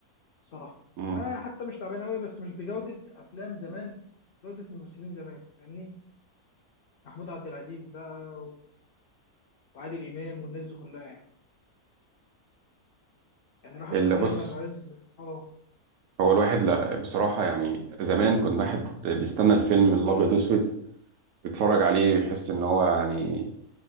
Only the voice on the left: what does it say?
الصراحه
آه حتى مش تعبانه قوي بس مش بجوده افلام زمان جوده الممثلين زمان فاهمني محمود عبد العزيز بقى و- وعادل امام والناس دي كلها يعني. يعني الواحد
حاليا
لما عايز اه